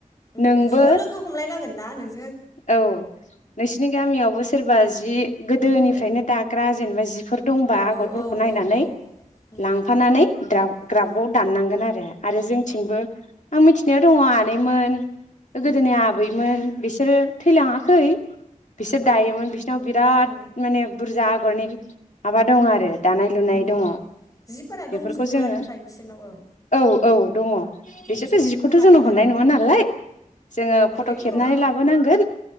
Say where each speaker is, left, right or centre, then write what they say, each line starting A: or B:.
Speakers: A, on the left; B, on the left.
A: उम
B: नोंबो
A: ज' लोगो हमलायनांगोन ना नोंजो
B: औ नोंसिनि गामियावबो सोरबा जि गोदोनिफ्रायनो
A: औ
B: दाग्रा जेनेबा जिफोर दंबा
A: औ
B: आगरफोरखौ
A: औ
B: नायनानै
A: औ औ उम
B: लांफानानै द्राफ
A: औ
B: ग्राफआव दाननांगोन आरो आरो जोंथिंबो
A: औ
B: आं मिथिनायाव दङ आनैमोन गोदोनि
A: उम
B: आबैमोन बेस सोरो थैलाङाखै। बिसोर
A: औ
B: दायोमोन बिसोरनाव बिराद
A: औ
B: माने बुरजा आग <unintelligible> माबा दं आरो दानाय लुनाय
A: उम
B: दङ
A: उम जिफोरा दंजोबोआनो
B: बेफोरखौ जोङो
A: फ्राय बिसोरनाव ओं
B: औ औ दङ
A: जों
B: बिसोरथ'
A: थिखोफिननो
B: जिखौथ'
A: हागोन
B: जोंनो हरनाय
A: आरो
B: नङा नालाय जोङो
A: औ हरनायथ'
B: फट' खेबनानै
A: नङा ओं
B: लाबोनांगोन।